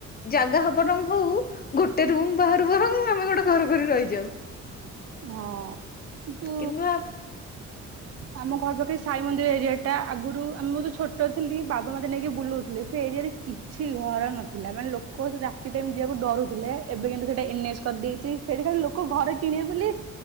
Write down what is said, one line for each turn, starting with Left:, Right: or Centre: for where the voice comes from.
Left: ଜାଗା ହ ବରଂ ହଉ ଗୋଟେ ରୁମ ବାହାରୁ ବରଂ ଆମେ ଗୋଟେ ଘର କରି ରହିଯାଉ।
Right: ହଁ ବୁ
Left: କେନୁ ଆ
Right: ଆମ ଘର ପାଖରେ ସାଇ ମନ୍ଦିର ଏରିଆ ଟା ଆଗରୁ ଆମେ ବହୁତ ଛୋଟ ଥିଲି ବାବା ମତେ ନେଇକି ବୁଲଉଥିଲେ ସେ ଏରିଆରେ। କିଛି ଘର ନଥିଲା ମାନେ ଲୋକ ସେ ରାତି ଟାଇମ୍ ଯିବାକୁ ଡରୁଥିଲେ ଏବେ କିନ୍ତୁ ସେଟା କିନ୍ତୁ ଏନ ଏସ କରିଦେଇଛି ସେଇଠି ଲୋକ ଘରେ କିଣିବେ ବୋଲି